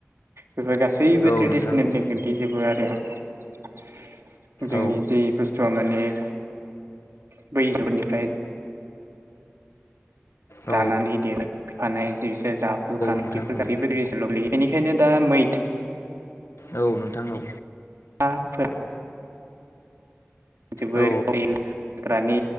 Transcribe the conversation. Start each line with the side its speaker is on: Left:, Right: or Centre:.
Right: बेफोर गासैबो
Left: औ
Right: ट्रेडिसनेलनि
Left: नोंथां औ
Right: गोग्लैजोबो आरो। <unintelligible> जोंनि
Left: औ
Right: जि बुस्थुआ माने बै जोबोदनिफ्राय जानानै
Left: औ
Right: देफानाय जि इस जाफुखानाय
Left: नोंथां
Right: बेफोर गासैबो
Left: औ
Right: ट्रेडिसनेलाव गोलैयो। बेनिखायनो दा मैथ
Left: औ नोंथां औ।
Right: थाफोर जोबोर
Left: औ
Right: <unintelligible> हाग्रानि